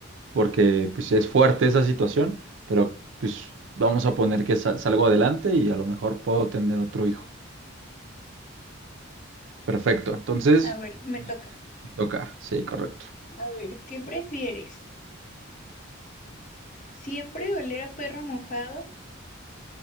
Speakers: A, on the right; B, on the left.
A: porque pues es fuerte esa situación, pero pues vamos a poner que sal- salgo adelante y a lo mejor puedo tener otro hijo. Perfecto, entonces
B: A ver, me toca.
A: me toca. Sí, correcto.
B: A ver, ¿qué prefieres? ¿Siempre oler a perro mojado